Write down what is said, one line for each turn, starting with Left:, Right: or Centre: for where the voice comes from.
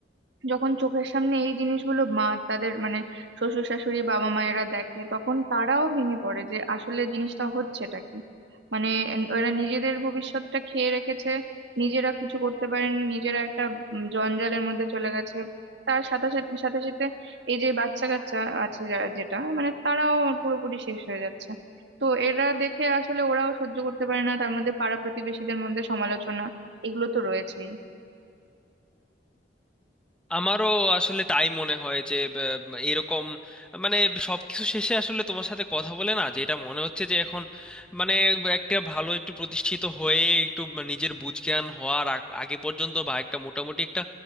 Right: যখন চোখের সামনে এই জিনিসগুলো মা তাদের মানে শ্বশুর শাশুড়ি বাবা মায়েরা দেখে তখন তারাও ভেঙে পড়ে যে আসলে জিনিসটা হচ্ছেটা কি মানে এন- ওরা নিজেদের ভবিষ্যৎটা খেয়ে রেখেছে নিজেরা কিছু করতে পারেনি নিজেরা একটা উম, জঞ্জালের মধ্যে চলে গেছে তার সাথে সাথে সাথে সাথে এই যে বাচ্চা কাচ্চা আছে যা- যেটা মানে তারাও পুরোপুরি শেষ হয়ে যাচ্ছে তো এরা দেখে আসলে ওরাও সহ্য করতে পারে না তার মধ্যে পাড়া প্রতিবেশীদের মধ্যে সমালোচনা এগুলো তো রয়েছেই
Centre: আমারও আসলে তাই মনে হয় যে ব- এরকম মানে সবকিছু শেষে আসলে তোমার সাথে কথা বলে না যেটা মনে হচ্ছে যে এখন মানে একটা ভালো একটু প্রতিষ্ঠিত হয়ে একটু নিজের বুঝ জ্ঞান হওয়ার আগ- আগে পর্যন্ত বা একটা মোটামুটি একটা